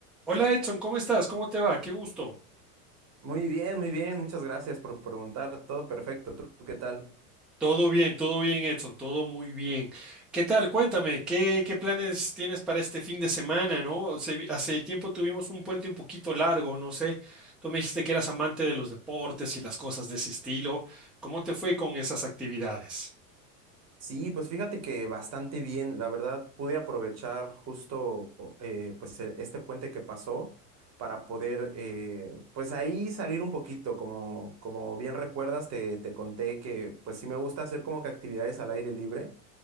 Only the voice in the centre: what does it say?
Hola Edson, ¿cómo estás? ¿Cómo te va? Qué gusto.
Todo bien, todo bien Edson, todo muy bien. ¿Qué tal? Cuéntame, ¿qué, qué planes tienes para este fin de semana, no? Se- hace tiempo tuvimos un puente un poquito largo, no sé. Tú me dijiste que eras amante de los deportes y las cosas de ese estilo. ¿Cómo te fue con esas actividades?